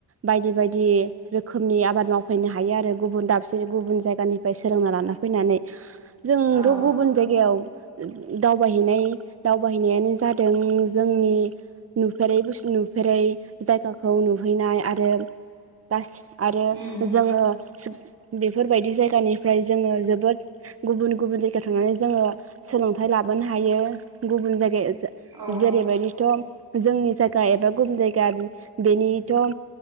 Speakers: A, on the right (about 35°); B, on the right (about 70°).
A: बायदि बायदि रोखोमनि आबाद मावफैनो हायो आरो गुब दाबसे गुब जायगानिफाय सोलोंना लाना फैनानै जों
B: औ
A: थ' गुबुन जाय गायाव दावबायहैनाय दावबायहैनायानो जादों जोंनि नुफेरै बुस नुफेरै जायगाखौ नुहैनाय आरो गास आरो
B: उम
A: जोङो बेफोरबायदि जायगानिफ्राय जोङो जोबोद गुबुन गुबुन जायगायाव थांनानै जोङो सोलोंथाइ लाबोनो हायो। गुबुन जायगाया जा
B: औ
A: जेरैबायदिथ' जोंनि जायगा एबा गुबुन जायगा बे बेनिथ'